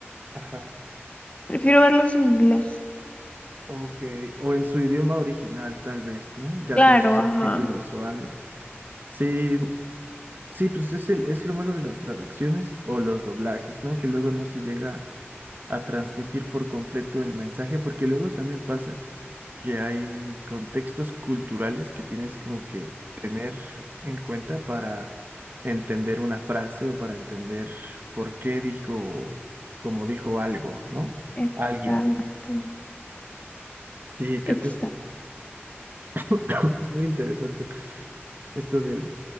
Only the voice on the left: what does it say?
prefiero verlos en inglés.
Claro,
ajá.
Exacto,
exacto.